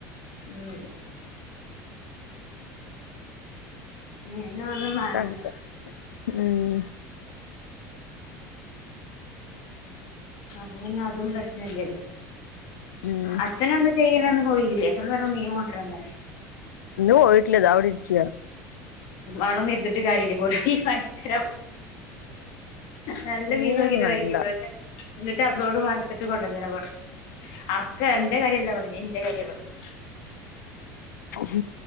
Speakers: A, on the left (about 60°); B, on the left (about 80°).
A: ഉം മീനൊന്നും ഒന്നും മാണ്ടലൊ
B: അങ്ങനത്തെ ഉം
A: അപ്പൊ പിന്നെ അതും പ്രശ്ന ഇല്യല്ലോ.
B: ഉം
A: അച്ഛനു എന്തൊക്ക ചെയ്യണന്ന് പോയില്ലേ. അവ്ട്ന്ന് വരുമ്പം മീൻ കൊണ്ട്രാൻ പറ്യ
B: ഇന്ന് പോയിട്ടില്ല ഇതാ ഇവടെ ഇരിക്ക്യ
A: അതൊന്നും ഇരുന്നിട്ട് കാര്യ ഇ ല്ല <unintelligible> വാങ്ങി <unintelligible> <unintelligible> തര നല്ല
B: മീനൊന്നും
A: മീൻ നോക്കിട്ട് മേടിക്
B: വേണ്ട
A: <unintelligible> എന്നിട്ട് അവോ <unintelligible> ട് വറ്ത്തിട്ട് കൊണ്ടന്നെരാൻ പറ്യ. അനക്ക് അന്റെ കാര്യം അല്ല പറഞ്ഞെ ഞ്ഞാ ഇന്റെ കാര്യ പറഞ്ഞെ
B: ഉം